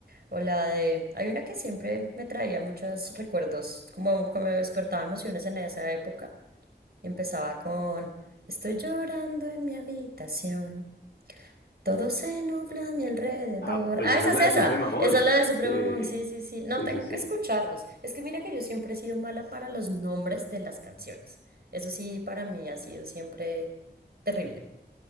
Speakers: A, on the right; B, on the left.
A: O la de... Hay una que siempre me traía muchos recuerdos, como, como me despertaba emociones en esa época. Y empezaba con... Estoy llorando en mi habitación. Todo se nubla a mi alrededor.
B: Ah, pues
A: Ah,
B: esa
A: esa
B: es
A: es
B: la
A: esa.
B: de Sufre Mamón.
A: Esa es la de Supremo
B: Sí,
A: Mon. Sí, sí, sí. No,
B: sí,
A: tengo
B: sí, sí.
A: que escucharlos. Es que mira que yo siempre he sido mala para los nombres de las canciones. Eso sí, para mí ha sido siempre terrible.